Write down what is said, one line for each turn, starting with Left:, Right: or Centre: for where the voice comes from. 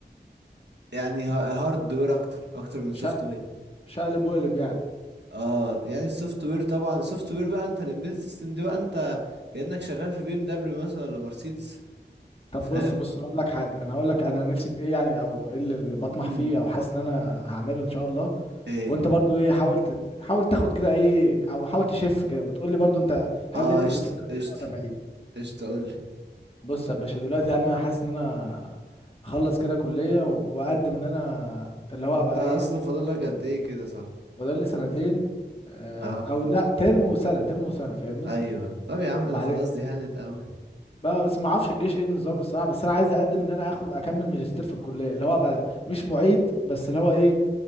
Right: يعني هارد وير اكتر اكتر من سوفت
Left: شق-
Right: وير
Left: شقلب وقلب يعني
Right: اه يعني السوفت وير طبعا السوفت وير بقى انت الامبيدد سيستم دي بقى انت كأنك شغال في بي ام دبليو مثلا ولا مرسيدس
Left: طب
Right: فاهم
Left: بص بص انا اقول لك حاجة انا هقول لك انا نفسي في ايه يعني او ايه اللي اللي بطمح
Right: مم.
Left: فيه او حاسس ان انا هعمله ان شاء الله
Right: ايه
Left: وانت برضو ايه حاول تت... حاول تاخد كده ايه او حاول تشف كده وتقول لي برضو انت هل
Right: اه
Left: انت
Right: قشطة
Left: بتفكر
Right: قشطة
Left: كده ولا بعيد
Right: قشطة قولي
Left: بص يا باشا دلوقتي انا حاسس ان انا اخلص كده كلية و- واقدم ان انا اللي هو
Right: انت
Left: ابقى
Right: اصلا
Left: ايه
Right: فاضل لك قد ايه كده صح
Left: فاضل لي سنتين آه،
Right: اه
Left: او لا ترم وسنة ترم وسنة فاهمني
Right: ايوه طب يا عم
Left: وبعدين
Right: ده خلاص دي هانت قوي
Left: بقى بس ما اعرفش الجيش ايه النظام الصراحة بس انا عايز اقدم ان انا اخد اكمل ماجستير في الكلية اللي هو ابقى مش معيد بس اللي هو ايه